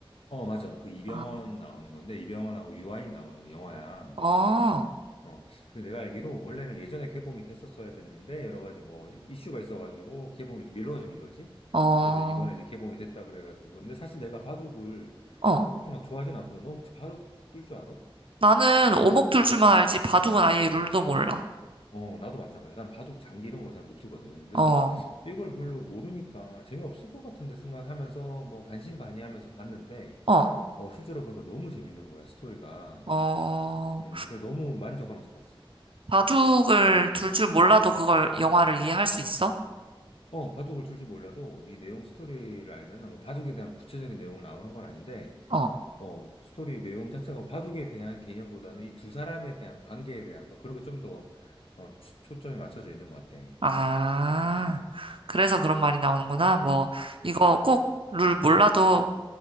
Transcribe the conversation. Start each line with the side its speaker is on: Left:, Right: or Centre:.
Left: 어, 맞아. 그 이병헌
Right: 아,
Left: 나오는 건데, 이병헌하고 유아인 나오는 영화야.
Right: 어,
Left: 어, 그게 내가 알기로 원래는 예전에 개봉이 됐었어야 됐는데 여러 가지 뭐 이슈가 있어가지고 개봉이 이제 미뤄진 거지.
Right: 어,
Left: 그래서 이번에 이제 개봉이 됐다 그래가지고. 근데 사실 내가 바둑을
Right: 어.
Left: 그렇게 막 좋아하진 않거든. 너 혹시 바둑 뜰 줄 알아?
Right: 나는 오목둘줄만 알지 바둑은 아예 룰도 몰라.
Left: 어, 나도 마찬가지야. 난 바둑 장기 이런 거 잘 못 두거든. 그래서
Right: 어,
Left: 이걸 별로 모르니까 재미없을 것 같은데 생각하면서 뭐 반신반의하면서 봤는데
Right: 어,
Left: 어, 실제로 보니까 너무 재밌는 거야, 스토리가.
Right: 어.
Left: 음, 그래 너무 만족하면서 봤어.
Right: 바둑을 둘 줄 몰라도 그걸 영화를 이해할 수 있어?
Left: 어, 바둑을 둘지 몰라도 이 내용 스토리를 알면은 뭐 바둑에 대한 구체적인 내용을 나오는 건 아닌데,
Right: 어,
Left: 어, 스토리 내용 자체가 뭐 바둑에 대한 개념보다는 이 두 사람에 대한 관계에 대한 거, 그런 게 좀 더, 어, 초- 초점이 맞춰져 있는 것 같아.
Right: 아. 그래서 그런 말이 나오는구나. 뭐, 이거
Left: 음,
Right: 꼭 룰 몰라도